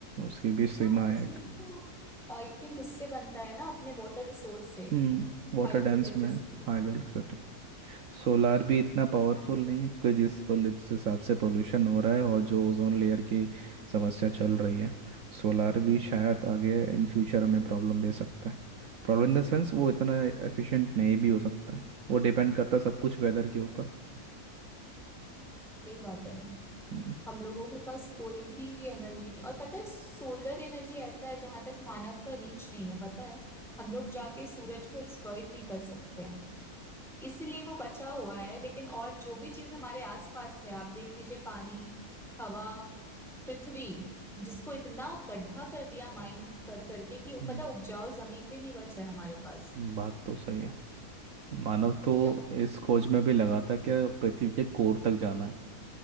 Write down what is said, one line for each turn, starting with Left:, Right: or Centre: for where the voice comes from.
Right: उसकी भी सीमा
Centre: हाँ
Right: है
Centre: बिजली
Right: एक
Centre: भी तो आई थिंक उससे बनता है ना अपने वाटर रिसोर्स से
Right: हम्म वाटर
Centre: हाइड्रो
Right: डैम्स
Centre: इलेक्ट्रिसिटी
Right: में हाइड्रोइलेक्ट्रिसिटी सोलार भी इतना पावरफुल नहीं है क्योंकि जिस पोल्यू- जिस हिसाब से पोल्यूशन हो रहा है और जो ओजोन लेयर की समस्या चल रही है सोलार
Centre: हम्म
Right: भी शायद आगे इन फ्यूचर हमें प्रॉब्लम दे सकता है प्रॉब्लम इन द सेंस वो इतना एफिशिएंट नहीं भी हो सकता है वो डिपेंड करता है सब कुछ वेदर के ऊपर
Centre: सही बात है
Right: हम्म,
Centre: हम लोगों के पास कोई भी एनर्जी नहीं और पता है सोलर एनर्जी ऐसा है जहां तक मानव का रीच नहीं है पता है हम लोग जाके सूरज को एक्सप्लॉइट नहीं कर सकते हैं इसलिए वो बचा हुआ है लेकिन और जो भी चीज हमारे आसपास है आप देख लीजिए पानी हवा पृथ्वी जिसको इतना गड्ढा कर दिया माइन कर करके कि
Right: हम्म,
Centre: पता है उपजाऊ जमीन भी नहीं बचा है हमारे पास
Right: बात तो सही है मानव तो
Centre: कि अब
Right: इस खोज में भी लगा था कि पृथ्वी के कोर तक जाना है